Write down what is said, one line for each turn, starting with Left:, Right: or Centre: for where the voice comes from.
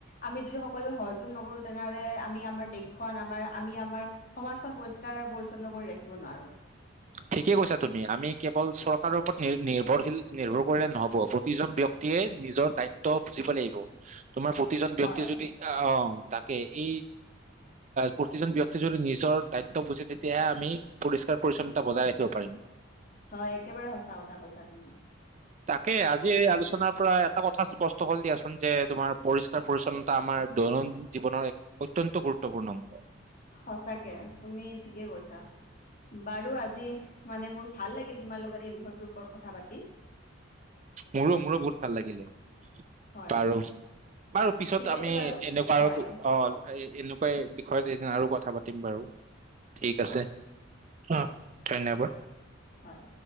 Left: আমি যদি সকলোৱে সহযোগ নকৰো তেনেহলে আমি আমাৰ দেশখন আমাৰ আমি আমাৰ সমাজখন পৰিষ্কাৰ আৰু পৰিচ্ছন্ন কৰি ৰাখিব নোৱাৰো।
Right: ঠিকেই কৈছা তুমি আমি। কেৱল চৰকাৰৰ ওপৰত নি-নিৰ্ভৰশীল। নিৰ্ভৰ কৰিলে নহ'ব প্ৰতিজন ব্যক্তিয়ে নিজৰ দায়িত্ব বুজিব লাগিব। তোমাৰ প্ৰতিজন ব্যক্তিয়ে
Left: হয়।
Right: যদি অ', - অ'। তাকে এই প্ৰতিজন ব্যক্তি যদি নিজৰ দায়িত্ব বুজে তেতিয়াহে আমি পৰিষ্কাৰ-পৰিচ্ছন্ন। টা বজাই ৰাখিব পাৰিম।
Left: হয়, একেবাৰে সঁচা কথা কৈছা তুমি।
Right: তাকে আজি এই আলোচনাৰ পৰা এটা কথা স্পষ্ট হ'ল দিয়াছো। যে তুমাৰ পৰিষ্কাৰ-পৰিচ্ছন্ন। তা আমাৰ দৈনন্দিন জীৱনৰ এক অত্যন্ত গুৰুত্বপূৰ্ণ অংশ।
Left: সঁচাকে তুমি ঠিকেই কৈছা বাৰু আজি মানে মোৰ ভাল লাগিল তোমাৰ লগত এই বিষয়টোৰ ওপৰত কথা পাতি।
Right: মোৰো, মোৰো বহুত ভাল লাগিলে।
Left: হয়,
Right: বাৰু, বাৰু পিছত
Left: ঠিক
Right: আমি
Left: আছে বাৰু।
Right: এনেকুৱা
Left: হয়,
Right: অ' এ এনেকুৱা। বিষয়ত এদিন আৰু কথা পাতিম বাৰু। ঠিক আছে অ' ধন্যবাদ।
Left: হয়।